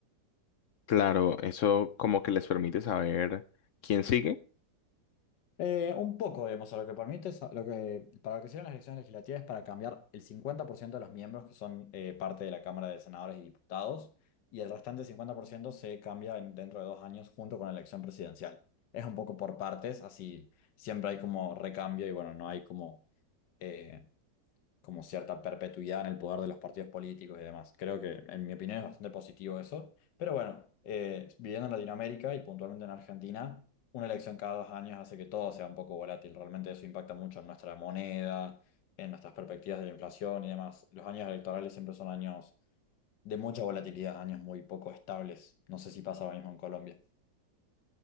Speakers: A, on the left; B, on the left.
A: Claro, eso como que les permite saber quién sigue.
B: Eh, un poco, digamos, a lo que permite, es a- lo que, para lo que sirven las elecciones legislativas es para cambiar el 50% de los miembros que son eh, parte de la Cámara de Senadores y Diputados, y el restante 50% se cambia en- dentro de dos años junto con la elección presidencial. Es un poco por partes, así siempre hay como recambio y bueno, no hay como eh, como cierta perpetuidad en el poder de los partidos políticos y demás. Creo que, en mi opinión, es bastante positivo eso. Pero bueno, eh, viviendo en Latinoamérica y puntualmente en Argentina, una elección cada dos años hace que todo sea un poco volátil. Realmente eso impacta mucho en nuestra moneda, en nuestras perspectivas de la inflación y demás. Los años electorales siempre son años de mucha volatilidad, años muy poco estables. No sé si pasa lo mismo en Colombia.